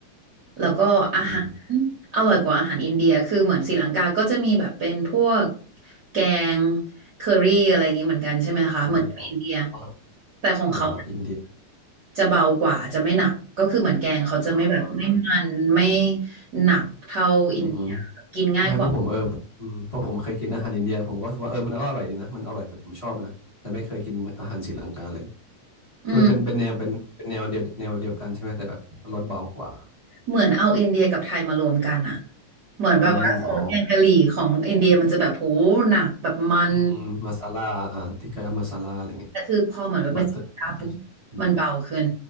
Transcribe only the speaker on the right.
แล้วก็อาหาร
อร่อยกว่าอาหารอินเดียคือเหมือนศรีลังกา ก็จะมีแบบเป็นพวกแกงเคอรี่อะไรอย่างนี้เหมือนกันใช่ไหมคะเหมือนกับอินเดีย
แต่ของเขา
จะเบากว่าจะไม่หนักก็คือเหมือนแกงเขาจะไม่แบบไม่มันไม่
หนักเท่าอินเดียกินง่ายกว่า
อืม
เหมือนเอาอินเดียกับไทยมารวมกันอะเหมือนแบบว่าซอสแกงกะหรี่ของอินเดียมันจะแบบโหหนักแบบมัน
แต่คือพอเหมือนมันเป็นสปาร์ปุ๊บ
มันเบาขึ้น